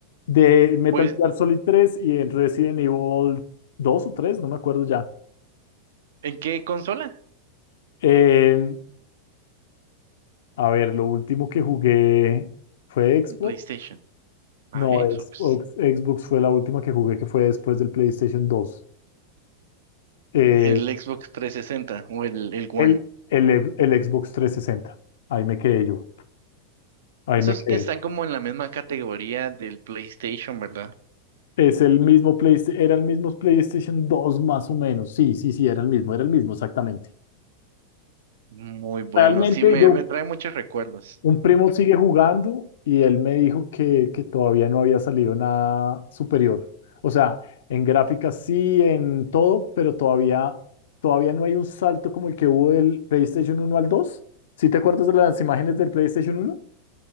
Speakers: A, on the left (about 55°); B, on the right (about 60°).
A: De Metal
B: Pues,
A: Gear Solid tres y en Resident Evil dos o tres, no me acuerdo ya.
B: ¿en qué consola?
A: Eh, a ver, lo último que jugué fue Xbox.
B: En PlayStation. Ah,
A: No,
B: Xbox.
A: Xbox, Xbox fue la última que jugué, que fue después del PlayStation dos, Eh,
B: El Xbox trescientos sesenta o el, el One.
A: el, el, el Xbox trescientos sesenta, Ahí me quedé yo. Ahí
B: Esos
A: me quedé.
B: que están como en la misma categoría del PlayStation, ¿verdad?
A: Es el mismo PlayStation, era el mismo PlayStation dos más o menos. Sí, sí, sí, era el mismo, era el mismo, exactamente.
B: Muy bueno,
A: Realmente
B: sí, me,
A: yo,
B: me trae muchos recuerdos.
A: un primo sigue jugando y él me dijo que, que todavía no había salido nada superior. O sea, en gráficas sí, en todo, pero todavía, todavía no hay un salto como el que hubo del PlayStation uno al 2. ¿Sí te acuerdas de las imágenes del PlayStation 1?